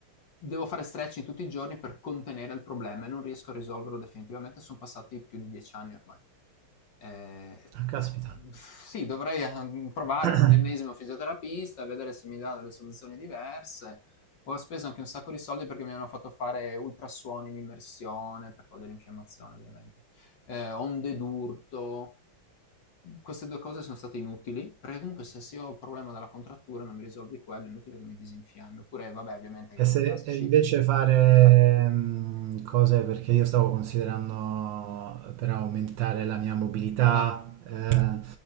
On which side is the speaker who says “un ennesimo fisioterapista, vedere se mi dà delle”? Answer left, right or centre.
Left